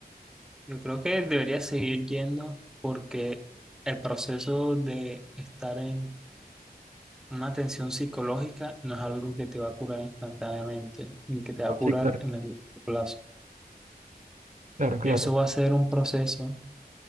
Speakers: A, in the centre; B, on the right.
A: yo creo que deberías seguir yendo porque el proceso de estar en una tensión psicológica no es algo que te va a curar instantáneamente ni que te va
B: No,
A: a curar
B: sí, claro,
A: en el plazo.
B: claro, claro.
A: eso va a ser un proceso